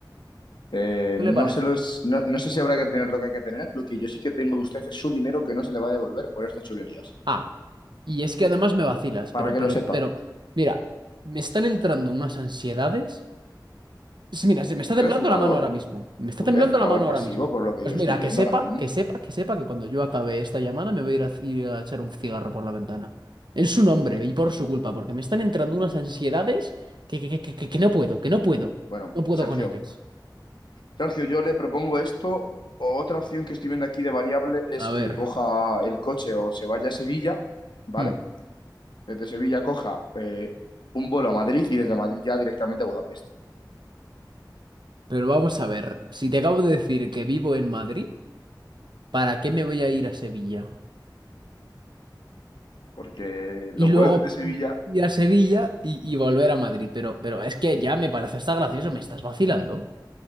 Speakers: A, on the left (about 75°); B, on the right (about 75°).
A: Eh,
B: ¿Qué
A: no
B: le parece?
A: sé los, no, no sé si habrá que tener lo que hay que tener. Lo que yo sí que tengo de usted es su dinero que no se le va a devolver por estas chulerías.
B: Ah, y es que además me vacilas,
A: Para
B: pero,
A: que
B: pero,
A: lo sepa.
B: pero, mira, me están entrando unas ansiedades. Sí, Mira, se me está
A: ¿Usted
B: temblando
A: es fumador?
B: la mano ahora mismo. Me está
A: ¿Usted
B: temblando
A: es fumador
B: la mano
A: pasivo
B: ahora mismo.
A: por lo que
B: Pues
A: yo
B: mira,
A: estoy viendo
B: que sepa,
A: ahora mismo?
B: que sepa, que sepa que cuando yo acabe esta llamada me voy a ir a, ir a echar un cigarro por la ventana. En su nombre y por su culpa, porque me están entrando unas ansiedades que, que, que, que, que no puedo, que no puedo.
A: Bueno,
B: No puedo
A: Sergio.
B: con ellas.
A: Sergio, yo le propongo esto. Otra opción que estoy viendo aquí de variable es
B: A
A: que
B: ver.
A: coja el coche o se vaya a Sevilla, ¿vale?
B: hmm,
A: Desde Sevilla coja eh, un vuelo a Madrid y desde Madrid ya directamente a Budapest.
B: Pero vamos a ver. Si te acabo de decir que vivo en Madrid, ¿para qué me voy a ir a Sevilla?
A: Porque
B: Y
A: los
B: luego
A: vuelos desde Sevilla
B: mm, ir a Sevilla y, y volver a Madrid. Pero, pero es que ya me parece hasta gracioso, me estás vacilando.